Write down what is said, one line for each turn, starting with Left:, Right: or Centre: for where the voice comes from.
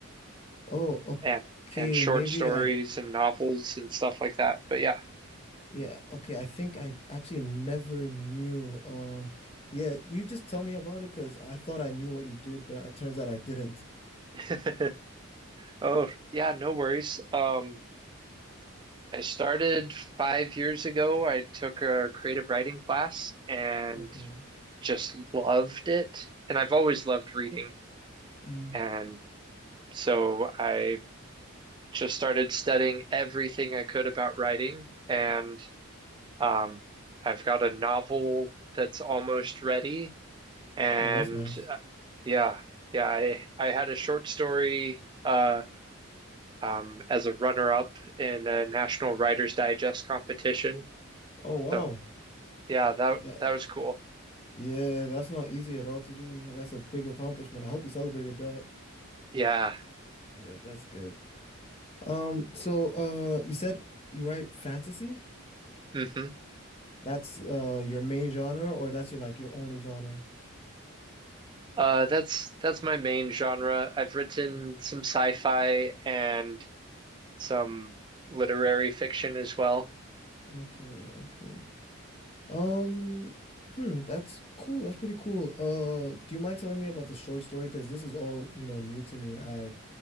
Left: Oh,
Right: and
Left: okay,
Right: and short
Left: maybe
Right: stories
Left: I,
Right: and novels and stuff like that. But yeah.
Left: yeah, okay, I think I actually never knew. Um, yeah, you just tell me about it because I thought I knew what you did, but it turns out I didn't.
Right: <laughs> Oh yeah, no worries. Um, I started five years ago. I took a creative writing class and
Left: Okay.
Right: just loved it. And I've always loved reading.
Left: Mm.
Right: And so I just started studying everything I could about writing and Um, I've got a novel that's almost ready, and
Left: Oh, that's nice.
Right: uh, yeah, yeah, I I had a short story uh um as a runner-up in a National Writers Digest competition.
Left: Oh, wow.
Right: So yeah, that
Left: That,
Right: that was cool.
Left: yeah, that's not easy at all to do. That's a big accomplishment. I hope you celebrated that.
Right: Yeah.
Left: Yeah, that's good. Um, so uh you said you write fantasy?
Right: hmm
Left: That's uh your main genre or that's your like your only genre?
Right: Uh, that's that's my main genre. I've written
Left: Mm,
Right: some sci-fi and some literary fiction as well.
Left: Okay, okay. Um, hmm, that's cool. That's pretty cool. Uh, do you mind telling me about the short story? Because this is all, you know, new to me. I